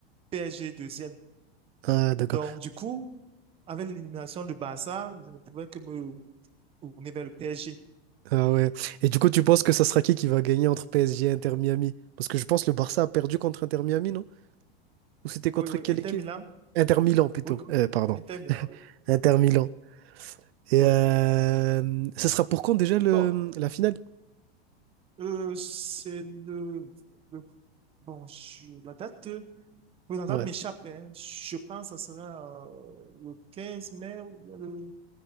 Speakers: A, on the right (about 15°); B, on the right (about 70°).
A: PSG, deuxième.
B: Ah, d'accord.
A: Donc, du coup, avec l'élimination de Barça, je ne pouvais que me tourner vers le PSG.
B: Ah ouais. Et du coup, tu penses que ça sera qui qui va gagner entre PSG et Inter Miami? Parce que je pense que le Barça a perdu contre Inter Miami, non? Ou c'était contre
A: Oui, oui,
B: quelle
A: Inter
B: équipe?
A: Milan.
B: Inter Milan, plutôt.
A: Oui, contre-
B: Euh, pardon.
A: Inter Milan, oui.
B: Inter
A: Oui.
B: Milan. Et
A: Oui.
B: euh, ça sera pour quand déjà le,
A: Bon,
B: la finale?
A: Euh, c'est le, le- Bon, je- la date, euh, oui, la date
B: Ouais.
A: m'échappe. hein. Je pense que ça sera euh, le 15 mai ou bien le,